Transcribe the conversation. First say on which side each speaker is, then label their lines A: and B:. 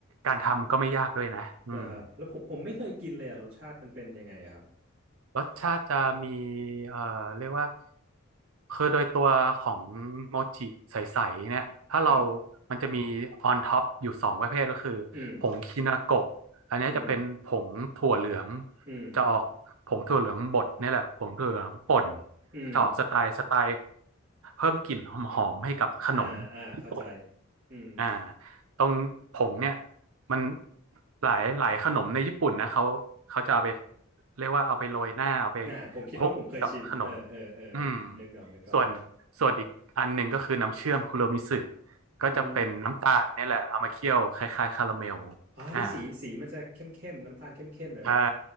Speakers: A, on the right (about 80°); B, on the right (about 50°).
A: การทำก็ไม่ยากด้วยนะอืม
B: เหรอครับแล้วผมผมไม่เคยกินเลยอ่ะรสชาติมันเป็นยังไงอะครับ
A: รสชาติจะมีเอ่อเรียกว่าคือโดยตัวของโมจิใสๆเนี่ย ถ้าเรา
B: ครับ
A: มันจะมีออนท็อปอยู่สองประเภทก็คือ
B: อืม
A: ผงคินาโกะอันนี้จะเป็นผงถั่วเหลือง
B: อืมอืม
A: จะออกผงถั่วเหลืองบดนี่แหละผงถั่วเหลืองป่น
B: อืม
A: จะออกสไตล์สไตล์เพิ่มกลิ่นหอมๆให้กับขนมญี่ปุ่น
B: อ่าอ่าเข้าใจ อืม
A: อ่าตรงผงเนี่ยมันหลายหลายขนมในญี่ปุ่นนะเขาเขาจะเอาไปเรียกว่าเอาไปโรยหน้าเอาไป
B: อ่าผมคิดว่าผมเคยชิม
A: คลุกกับขนม
B: เออเออเออ
A: อืม
B: นึกออกนึกออก
A: ส่วนส่วนอีกอันหนึ่งก็คือน้ำเชื่อมคุโรมิสึก็จะเป็นน้ำตาลเนี่ยแหละเอามาเคี่ยวคล้ายๆคาราเมล
B: อืมอ่าได้สีสีมันจะเข้มเข้มน้ำตาลเข้มเข้มหน่อยไหมฮะ
A: อ่าใช่